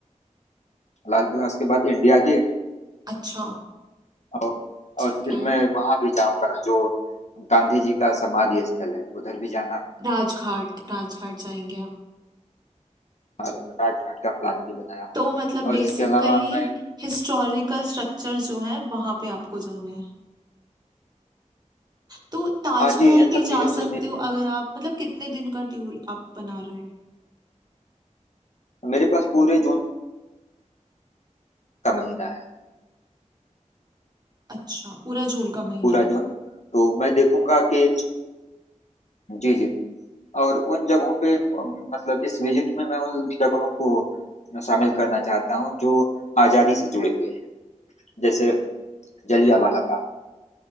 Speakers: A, on the left; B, on the right.
A: लाल किला उसके बाद इंडिया गेट
B: अच्छा
A: और
B: ठीक
A: और फिर
B: है
A: मैं वहां भी जाऊंगा जो गांधी जी का समाधि स्थल है उधर भी जाना
B: राजघाट राजघाट जाएंगे आप
A: राज घाट का प्लान भी बनाया हूँ
B: तो मतलब
A: और
B: बेसिकली
A: इसके अलावा मैं
B: हिस्टोरिकल स्ट्रक्चर जो है वहां पे आपको जाना है तो ताजमहल
A: हाँ जी इन
B: भी
A: सब
B: जा
A: चीजों से
B: सकते
A: मेरे,
B: हो अगर आप मतलब कितने दिन का टूर आप बना रहे हो
A: मेरे पास पूरे जून का महीना है
B: अच्छा पूरा जून का महीना
A: पूरा जून तो मैं देखूंगा कि जी जी और उन जगहों पे म- मतलब इस विजिट में मैं उन जगहों को शामिल करना चाहता हूँ जो आजादी से जुड़े हुए हैं जैसे जलियांवाला बाग